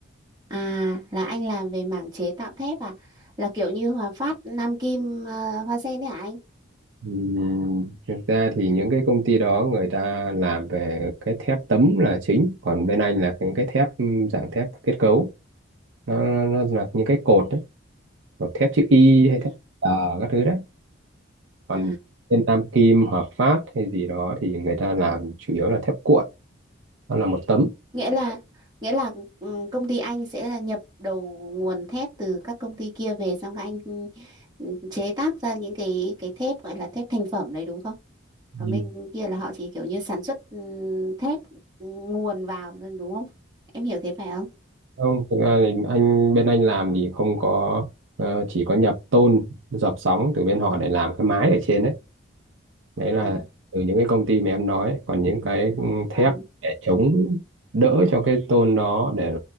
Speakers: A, on the right (about 20°); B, on the right (about 70°).
A: à là anh làm về mảng chế tạo thép à? Là kiểu như Hòa Phát, Nam Kim, ờ, Hoa Sen đấy hả anh?
B: Ừm, thực ra thì những cái công ty đó người ta làm về cái thép tấm là chính còn bên anh là những cái thép ừm, dạng thép kết cấu nó nó là những cái cột đấy hoặc thép chữ Y
A: À,
B: hay thép tờ các thứ đấy còn
A: à.
B: bên Nam Kim Hòa Phát hay gì đó thì người ta làm chủ yếu là thép cuộn nó là một tấm
A: Nghĩa là nghĩa là ừ, công ty anh sẽ là nhập đầu nguồn thép từ các công ty kia về xong các anh ừ, chế tác ra những cái cái thép gọi là thép thành phẩm đấy đúng không? Còn
B: Ừ.
A: bên kia là họ chỉ kiểu như sản xuất ừ, thép nguồn vào thôi, đúng không? Em hiểu thế phải không?
B: không thực ra thì anh bên anh làm thì không có ờ, chỉ có nhập tôn dập sóng từ bên họ để làm cái mái ở trên đấy đấy là
A: Ừ.
B: từ những cái công ty mà em nói còn những cái ừ, thép
A: Vâng.
B: để chống đỡ cho cái tôn đó để